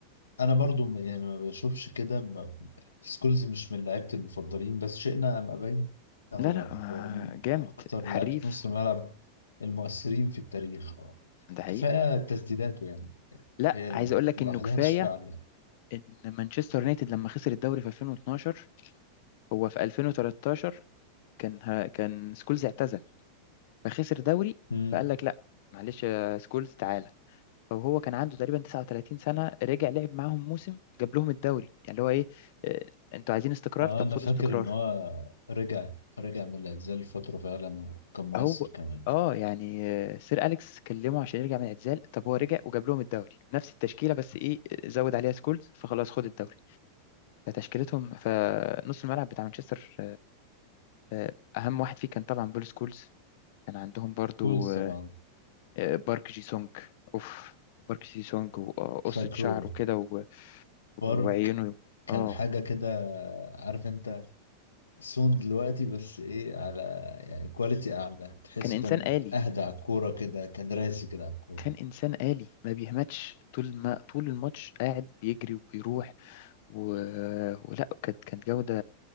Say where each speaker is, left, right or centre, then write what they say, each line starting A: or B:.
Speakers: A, on the left; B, on the left.
A: انا برضو م- يعني ما بشوفش كده ما- سكولز مش من لعيبتي المفضلين بس شئنا ام ابينا هو
B: لا لا آه،
A: هو من
B: جامد
A: اكتر
B: حريف
A: لعيبه نص الملعب المؤثرين في التاريخ اه
B: ده حقيقي
A: كفايه تسديداته يعني
B: لا
A: هي الو-
B: عايز اقول لك
A: لوحدها
B: انه كفايه
A: تشفع له يعني
B: ان مانشستر يونايتد لما خسر الدوري في 2012 هو في 2013 كان ها كان سكولز اعتزل فخسر دوري
A: مم.
B: فقال لك لا معلش يا سكولز تعالى فهو كان عنده تقريبا 39 سنه رجع لعب معاهم موسم جاب لهم الدوري يعني اللي هو ايه آه، انتوا عايزين استقرار
A: اه
B: طب
A: انا
B: خدوا
A: فاكر
B: استقرار
A: ان هو رجع رجع من الاعتزال لفتره فعلا وكان مؤثر
B: هو
A: كمان
B: اه
A: يعني
B: يعني آه، سير اليكس كلمه عشان يرجع من الاعتزال طب هو رجع وجاب لهم الدوري نفس التشكيله بس ايه آه، زود عليها سكولز فخلاص خد الدوري فتشكيلتهم فنص الملعب بتاع مانشستر آه، اهم واحد فيه كان طبعا بول سكولز كان عندهم برضو
A: سكولز
B: آه،
A: طبعا
B: آه، بارك جي سونج اوف بارك جي سونج وقصة
A: فاكره
B: شعره كده و- وعيونه
A: بارك كان
B: اه
A: حاجه كده عارف انت سون دلوقتي بس ايه على يعني كواليتي اعلى تحسه
B: كان انسان
A: كان
B: آلي
A: اهدى على الكوره كده كان راسي كده على الكوره
B: كان انسان آلي ما بيهمتش طول ما طول الماتش قاعد بيجري وبيروح و... ولا كانت كانت جودة